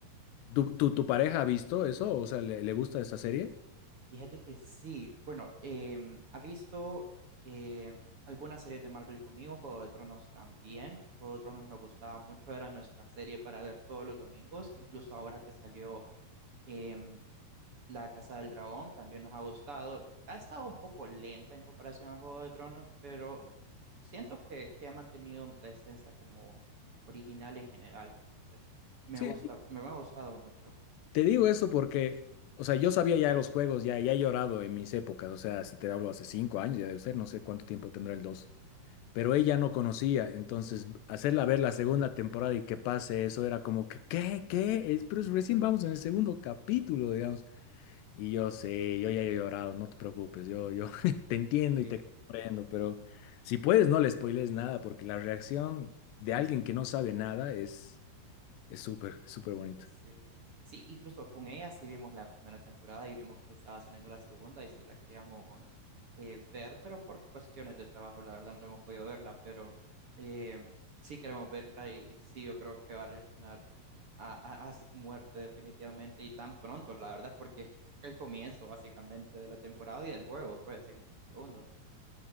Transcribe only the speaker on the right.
Fíjate que sí, bueno, em, ha visto em, algunas series de Marvel conmigo, Juego de Tronos también. Juego de Tronos nos gustaba mucho, era nuestra serie para ver todos los domingos, incluso ahora que salió em, La Casa del Dragón, también nos ha gustado. Ha estado un poco lenta en comparación a Juego de Tronos, pero siento que, que ha mantenido la esencia como original en general, fíjate. Me
gusta,
me ha gustado mucho.
eh,
Sí, sí, incluso con ella sí vimos la primera temporada y vimos que estaba saliendo la segunda y sí la queríamos eh, ver, pero por cuestiones de trabajo, la verdad no hemos podido verla, pero eh, sí queremos verla y sí yo creo que va a reaccionar a, a- a su muerte definitivamente y tan pronto, la verdad, porque es el comienzo básicamente de la temporada y del juego, pues en el segundo.